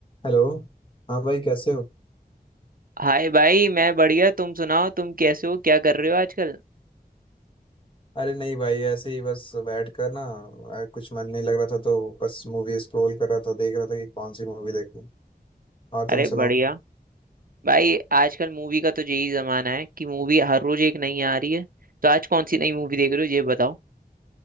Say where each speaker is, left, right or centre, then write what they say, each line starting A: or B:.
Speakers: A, on the left; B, on the right.
A: हेलो हाँ भाई कैसे हो
B: हाय भाई मैं बढ़िया तुम सुनाओ तुम कैसे हो क्या कर रहे हो आजकल
A: अरे नहीं भाई ऐसे ही बस बैठ कर ना आ, कुछ मन नहीं लग रहा था तो बस मूवी स्क्रॉल कर रहा था देख रहा था कि कौन सी मूवी देखूं और तुम
B: अरे बढ़िया
A: सुनाओ
B: भाई आजकल मूवी का तो यही जमाना है कि मूवी हर रोज एक नई आ रही है तो आज कौन सी नई मूवी देख रहे हो ये बताओ